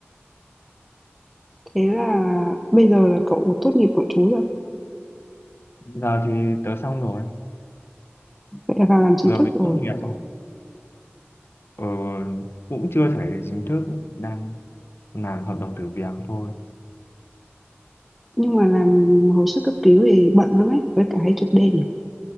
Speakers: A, in the centre; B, on the left.
A: thế là bây giờ là cậu tốt nghiệp nội trú rồi
B: giờ thì tớ xong rồi
A: vậy là vào làm chính
B: vừa
A: thức
B: mới
A: rồi
B: tốt nghiệp rồi ờ, cũng chưa phải là chính thức đang làm hợp đồng thử việc thôi
A: nhưng mà làm hồi sức cấp cứu thì bận lắm ấy với cả hay trực đêm nhiều